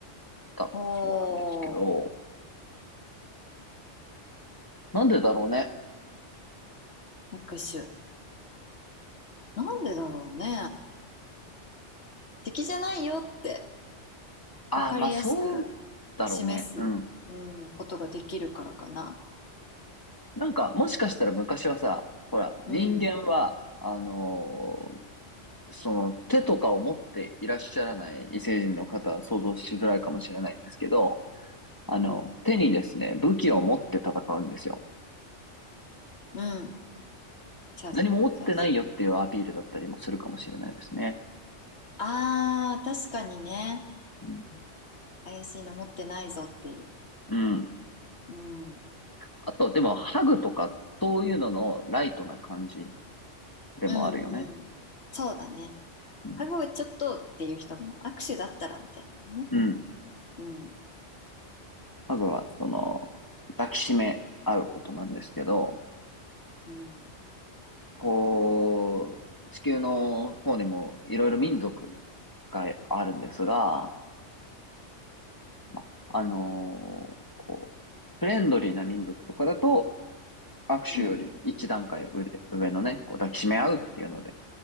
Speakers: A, on the left (about 15°); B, on the left (about 60°).
A: だ、
B: お
A: そうなんですけど、
B: おー、
A: なんでだろうね。
B: 拍手。なんでだろうね。敵じゃないよって
A: あ、
B: 分かりやすく
A: まあそうだろうね。
B: 示す、
A: うん。
B: うん、ことができるからかな。
A: なんか、もしかしたら昔はさ、ほら、
B: うん、
A: 人間は、あのーその手とかを持っていらっしゃらない異星人の方は想像しづらいかもしれないんですけど、あの、
B: うん、
A: 手にですね、武器を持って戦うんですよ。
B: うん。そうそうそう。
A: 何も持ってないよっていうアピールだったりもするかもしれないですね。
B: あー、確かにね。
A: うん
B: 怪しいの持ってないぞっていう。
A: うん。
B: うん。
A: あと、でも、ハグとか、そういうののライトな感じでもあるよね。
B: うんうん。そうだね。
A: うん。
B: ハグはちょっとっていう人も握手だったらみたいなのね。
A: うん
B: うん。
A: ハグは、その、抱きしめ合うことなんですけど、
B: うん。
A: こう、地球の方にもいろいろ民族があるんですが、まあ、あのーこう、フレンドリーな民族とかだと、握手より一段階上で、
B: うん。
A: 上のね、こう抱きしめ合うっていうので、